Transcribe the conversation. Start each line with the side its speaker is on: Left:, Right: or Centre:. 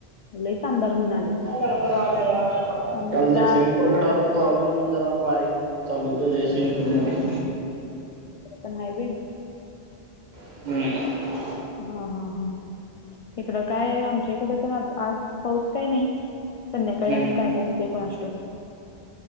Left: लईच अंधार होऊन आलं
Right: काय लडतर व्हायल्या याला
Left: आणि
Right: काल
Left: आता
Right: जयसिंगपूरकड आलत तव्हा पण जरा बारीक चालू होत जयसिंगपूर मध्ये-
Left: तिकड पण हाय व्हय
Right: हम्म
Left: हा हा हा इकडं काय आमच्या इकड तर आ आज पाऊस काय नाही. संध्याकाळी
Right: हम्म
Left: आणि काय काय होेते कुनासष्टोक